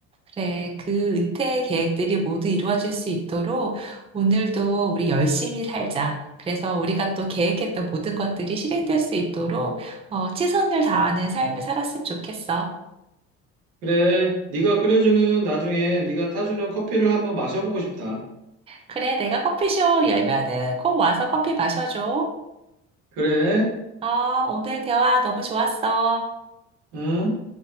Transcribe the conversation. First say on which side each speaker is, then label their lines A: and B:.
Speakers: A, on the right; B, on the right.
A: 그래, 그 은퇴 계획들이 모두 이루어질 수 있도록 오늘도 우리 열심히 살자. 그래서 우리가 또 계획했던 모든 것들이 실행될 수 있도록 어, 최선을 다하는 삶을 살았으면 좋겠어.
B: 그래, 네가 끓여주는 나중에 네가 타주는 커피를 한번 마셔보고 싶다.
A: 그래, 내가 커피숍 열면은 꼭 와서 커피 마셔줘.
B: 그래,
A: 어, 오늘 대화 너무 좋았어.
B: 응?